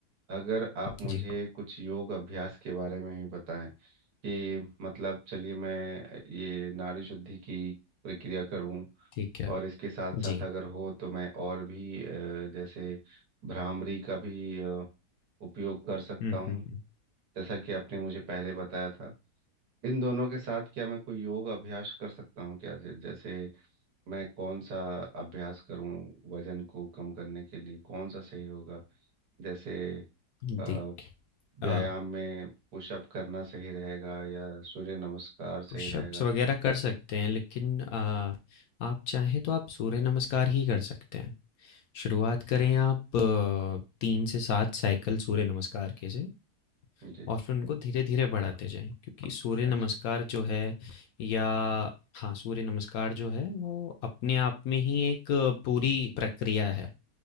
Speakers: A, on the right; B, on the left.
A: अगर आप मुझे
B: जी
A: कुछ योग अभ्यास के बारे में भी बताएं कि मतलब चलिए मैं ये नाड़ी शुद्धि की प्रक्रिया करूं
B: ठीक है
A: और इसके साथ
B: जी
A: साथ अगर हो तो मैं और भी अ, जैसे भ्रामरी का भी अ, उपयोग कर सकता
B: हुँ,
A: हूँ
B: हुँ, हुँ।
A: जैसा कि आपने मुझे पहले बताया था इन दोनों के साथ क्या मैं कोई योग अभ्यास कर सकता हूँ क्या जै- जैसे मैं कौन सा अभ्यास करूँ वजन को कम करने के लिए कौन सा सही होगा जैसे
B: देखिए
A: अ, व्यायाम
B: अ,
A: में पुशअप करना सही रहेगा या सूर्य नमस्कार सही
B: पुशअप्स
A: रहेगा
B: वगैरह कर सकते हैं लेकिन अ, आप चाहें तो आप सूर्य नमस्कार ही कर सकते हैं। शुरुआत करें आप अ, 3 से 7 साइकिल सूर्य नमस्कार के से
A: जी
B: और फिर उनको धीरे-धीरे बढ़ाते जाएँ क्योंकि सूर्य नमस्कार
A: अच्छा
B: जो है या हाँ, सूर्य नमस्कार जो है वो अपने आप में ही एक पूरी प्रक्रिया है।